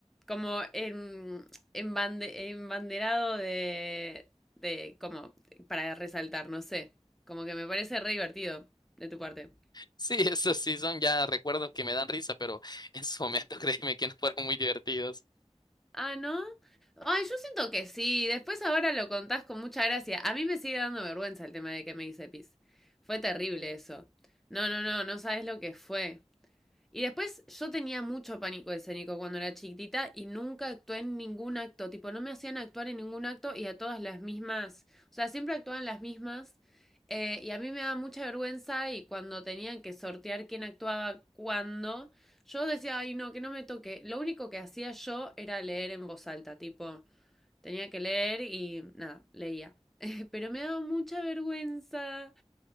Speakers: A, in the centre; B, on the left (about 40°).
A: como en, embande- embanderado de, de, como, para resaltar, no sé, como que me parece re divertido de tu parte.
B: Sí, <laughs> esos sí son ya recuerdos que me dan risa, pero en su momento <laughs> créeme que no fueron muy divertidos.
A: Ah, ¿no? Ay, yo siento que sí. Después ahora lo contás con mucha gracia. A mí me sigue dando vergüenza el tema de que me hice pis. Fue terrible eso. No, no, no, no sabes lo que fue. Y después yo tenía mucho pánico escénico cuando era chiquitita y nunca actué en ningún acto, tipo no me hacían actuar en ningún acto y a todas las mismas, o sea, siempre actuaban las mismas eh, y a mí me daba mucha vergüenza y cuando tenían que sortear quién actuaba cuándo, yo decía, ay no, que no me toque, lo único que hacía yo era leer en voz alta, tipo, tenía que leer y nada, leía. <laughs> Pero me daba mucha vergüenza.